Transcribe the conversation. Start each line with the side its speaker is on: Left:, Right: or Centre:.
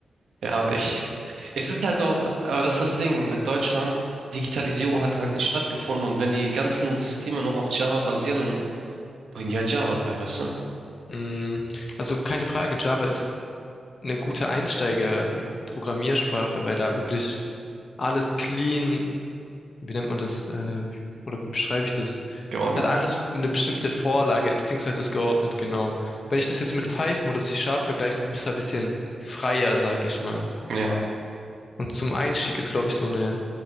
Right: Ja, aber ich, es ist halt auch, aber das ist das Ding mit Deutschland. Digitalisierung hat halt nicht stattgefunden und wenn die ganzen Systeme noch auf Java basieren, dann bringen die halt Java bei, weißt du?
Left: Mm, Also keine Frage, Java ist eine gute Einsteiger-Programmiersprache, weil da wirklich alles clean, wie nennt man das, äh, oder wie beschreibe ich das?
Right: Geordnet.
Left: Hat alles eine bestimmte Vorlage, beziehungsweise ist geordnet, genau. Wenn ich das jetzt mit Python oder C-Sharp vergleiche, du bist du ein bisschen freier, sag ich mal.
Right: Ja.
Left: Und zum Einstieg ist, glaube ich, so eine